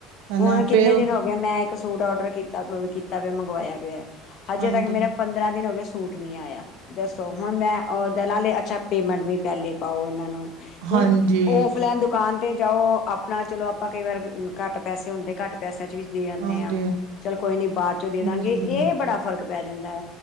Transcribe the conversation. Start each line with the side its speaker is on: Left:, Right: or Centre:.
Right: ਹਨਾ
Left: ਹੁਨ ਕਿੰਨੇ
Right: ਫੇਰ
Left: ਦਿਨ ਹੋ ਵੇ ਮੈਂ ਇੱਕ ਸੂਟ ਔਡਰ ਕੀਤਾ ਪੇ ਕੀਤਾ ਪੇਐ ਮੰਗਵਾਯਾ ਪੇਐ, ਹਜੇ
Right: ਹਾਂਜੀ
Left: ਤੱਕ ਮੇਰਾ ਪੰਦਰਾਂ ਦਿਨ ਹੋਗੇ, ਸੂਟ ਨੀ ਆਯਾ। ਦੱਸੋ ਹੁਣ ਮੈਂ ਅ ਦੇ ਨਾਲੇ ਅੱਛਾ ਪੇਮੈਂਟ ਵੀ ਪੈਲੇ ਪਾਓ ਏਨਾਂ ਨੂੰ ਹੁਣ
Right: ਹਾਂਜੀ
Left: ਔਫਲੈਨ ਦੁਕਾਨ ਤੇ ਜਾਓ ਆਪ ਆਪਣਾ ਚਲੋ ਆਪਾ ਕਈ ਵਾਰ ਘਾੱਟ ਪੈਸੇ ਹੁੰਦੇ ਘਾੱਟ ਪੈਸੇਆਂ ਚ ਵੀ ਦੇ ਆਨੇ
Right: ਹਾਂਜੀ
Left: ਆਂ। ਚੱਲ ਕੋਈ ਨੀ ਬਾਦ ਚੋਂ ਦੇਦਾਂਗੇ,
Right: ਹਮ
Left: ਏ ਬੜਾ ਫ਼ਰਕ ਪੈ ਜਾਂਦੈ